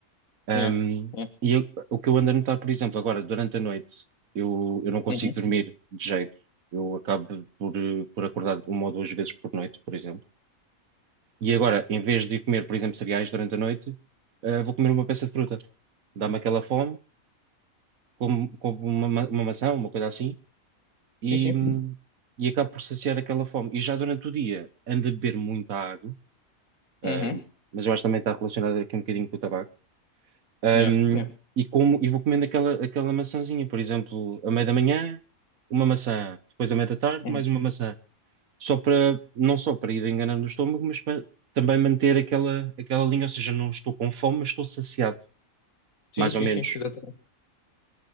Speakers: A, on the right; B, on the left.
A: um,
B: Yeah. Yeah.
A: e eu- o que eu ando a notar, por exemplo, agora, durante a noite, eu, eu não consigo
B: Uhum.
A: dormir de jeito. Eu acabo por, eh, por acordar uma ou duas vezes por noite, por exemplo. E agora, em vez de comer, por exemplo, cereais durante a noite, eh, vou comer uma peça de fruta. Dá-me aquela fome, como, como uma, ma- uma maçã, uma coisa assim, e,
B: Sim, sim.
A: hum, e acabo por saciar aquela fome. E já durante o dia, ando a beber muita água, ah,
B: Uhum.
A: mas eu acho que também está relacionado aqui um bocadinho com o tabaco Um,
B: Yeah, yeah.
A: e como e vou comendo aquela, aquela maçãzinha, por exemplo, à meia da manhã, uma maçã, depois à meia da tarde,
B: Uhum.
A: mais uma maçã, só para não só para ir enganando o estômago, mas para também manter aquela aquela linha, ou seja, não estou com fome, mas estou saciado,
B: Sim,
A: mais
B: sim,
A: ou menos.
B: sim, exatamente.